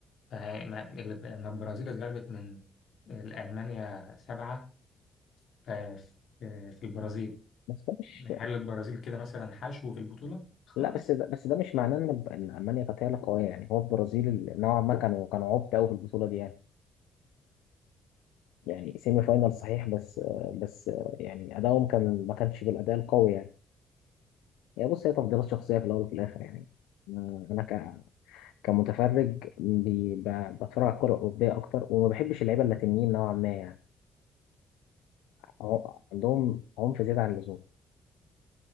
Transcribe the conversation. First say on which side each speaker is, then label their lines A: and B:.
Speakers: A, on the left; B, on the left.
A: فه- ما- لما البرازيل اتغلبت من المانيا سبعه ف- في في البرازيل
B: بس ده مش
A: هل البرازيل كده مثلا حشو في البطوله خالص
B: لا بس ده بس ده مش معناه ان ان المانيا كانت هي اللي قويه يعني هو البرازيل اللي نوعا ما كانوا كانوا عبط قوي في البطوله دي يعني يعني سيمي فاينال صحيح بس بس يعني ادائهم كان ما كانش بالاداء القوي يعني هي بص هي تفضيلات شخصية في الأول وفي الآخر يعني ما- أنا ك... كمتفرج بي... ب... بتفرج على الكرة الأوروبية أكتر وما بحبش اللعيبة اللاتينيين نوعا ما يعني عم- عندهم عنف زيادة عن اللزوم